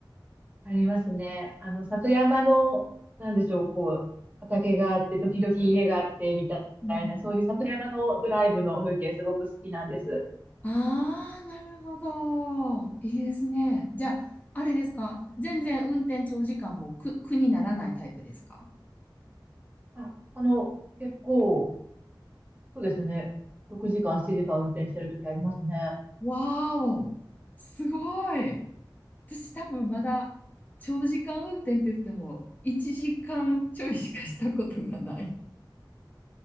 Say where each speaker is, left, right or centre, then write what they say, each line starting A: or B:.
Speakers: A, on the right; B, on the left.
A: ありますね。あの、里山の、なんでしょう、こう、畑があって、時々家があって、みたいな、
B: うん
A: そういう里山のドライブの風景、すごく好きなんです。
B: ああ、なるほど。いいですね。じゃあ、あれですか。全然運転長時間も苦苦にならないタイプですか
A: あ、あの、結構、そうですね。6時間、7時間運転してる時ありますね。や
B: わーお、すごい。私多分まだ長時間運転って言っても1時間ちょいしかしたことがない。